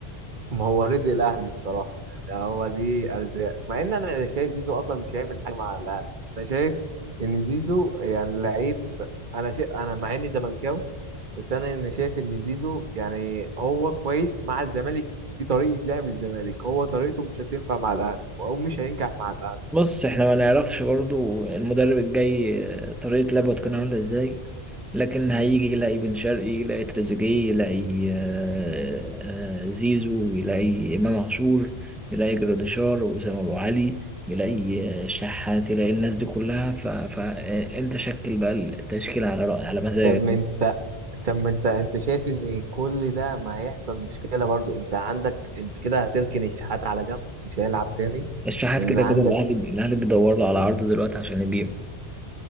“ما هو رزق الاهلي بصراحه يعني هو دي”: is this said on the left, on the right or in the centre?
Right